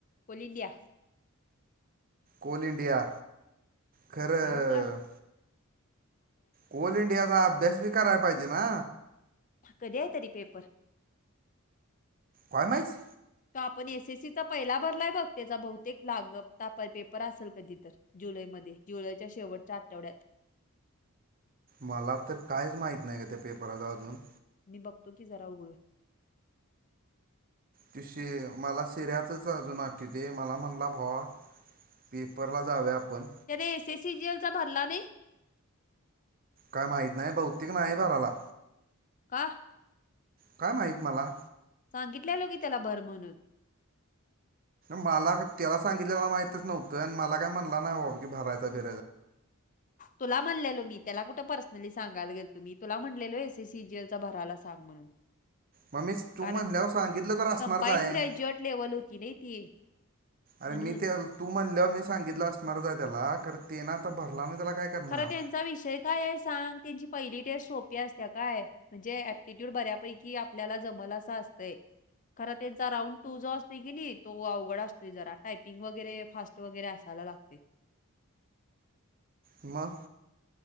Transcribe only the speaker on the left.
Coal India.
काय पण.
कधी आहे तरी पेपर?
तो आपण एस एससीचा पहिला भरलाय बघ त्याचा बहुतेक लाग पेपर असेल कधी तर. जुलैमध्ये जुलैच्या शेवटच्या आठवड्यात.
मी बघतो की जरा उघडून.
त्याने एस एससी जीएल चा भरला नाही.
का?
सांगितल्या लो की त्याला भर म्हणून.
तुला म्हणलेलो मी त्याला कुठं पर्सनली सांगाय गेल तुम्ही तुला म्हणलेलो एसीसीजीएल चा भराला सांग.
कारण
कंबाईन
ग्रॅज्युएट लेवल होती ना ती.
म्हणून
खरं त्यांचा विषय काय आहे सांग त्यांची पहिली टेस्ट सोपी असत्या काय. म्हणजे ऍप्टिट्यूड बऱ्यापैकी आपल्याला जमल अस असतंय. खर त्यांचा राऊंड टू जो असते की नाही तो अवघड असतोय जरा टायपिंग वगैरे फास्ट. वगैरे असायला लागते.